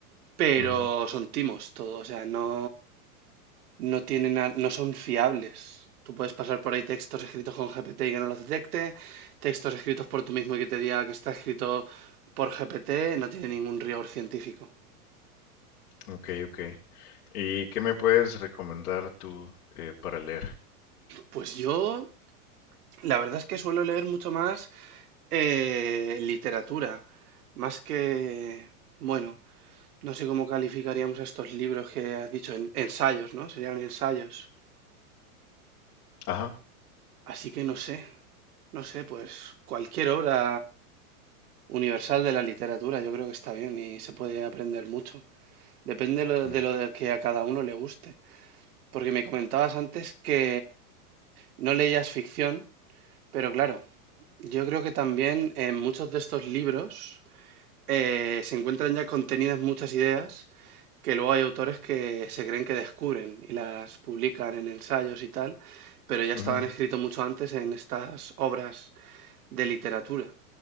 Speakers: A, on the right (about 75°); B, on the left (about 75°).
A: pero
B: Ujú.
A: son timos todo, o sea, no, no tienen, a- no son fiables. Tú puedes pasar por ahí textos escritos con GPT y que no los detecte, textos escritos por tú mismo y que te diga que está escrito por GPT, no tiene ningún rigor científico.
B: Ok, ok. ¿Y qué me puedes recomendar tú eh, para leer?
A: Pues yo, la verdad es que suelo leer mucho más eh, literatura, más que, bueno, no sé cómo calificaríamos estos libros que has dicho, en- ensayos, ¿no? Serían ensayos.
B: Ajá.
A: Así que no sé, no sé, pues cualquier obra universal de la literatura yo creo que está bien y se puede aprender mucho. Depende lo-
B: Mm,
A: de lo de que a cada uno le guste. Porque me comentabas antes que no leías ficción. Pero claro, yo creo que también en muchos de estos libros eh, se encuentran ya contenidas muchas ideas que luego hay autores que se creen que descubren y las publican en ensayos y tal, pero ya estaban
B: ujú.
A: escritos mucho antes en estas obras de literatura.